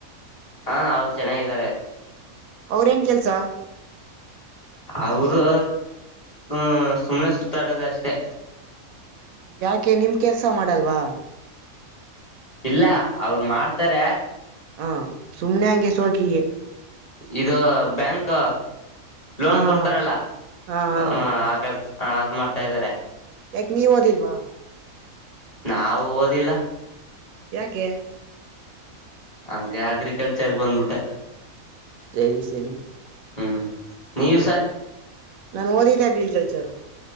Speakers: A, on the left; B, on the right.
A: ಹಾ ಅವ್ರು ಚೆನ್ನಾಗಿದ್ದಾರೆ
B: ಅವ್ರೇನ್ ಕೆಲ್ಸ
A: ಅವರು ಹ ಸುಮ್ನೆ ಸುತ್ತಾಡೋದ ಅಷ್ಟೆ
B: ್ಮ ಯಾಕೆ ನಿಮ ಕೆಲ್ಸ ಮಾಡಲ್ವಾ
A: ಇಲ್ಲ ಅವರು ಮಾಡ್ತಾರ
B: ಹಾ ಸುಮ್ನೆ ಹಂಗೆ ಸೋಕಿಗೆ
A: ಇದು ಬ್ಯಾಂಕ್ ಲೋನ್
B: ಹ ಹಾ
A: ಕೊಡ್ತಾರಲ್ಲ
B: ಹಾ ಹಾ ಹಾ
A: ಆ ಕೆಲಸ ಹ ಅದ್ ಮಾಡ್ತಾ ಇದಾರೆ
B: ಯಾಕ ನೀವವಓದಿಲ್ವಾ
A: ನಾಾವವು ಓದಿಲ್ಲ
B: ಯಾಕೆ
A: ಹಂಗೆ ಅಗ್ರಿಕಲ್ಚರ್ಗೆ ಬಂದ್ಬಿಟ್ಟೆ
B: ಸರಿ ಸರಿ
A: ಹ್ಮ್ ನೀವು ಸರ್
B: ನಾನು ಓದಿದ್ದೆ ಅಗ್ರಿಕಲ್ಚರು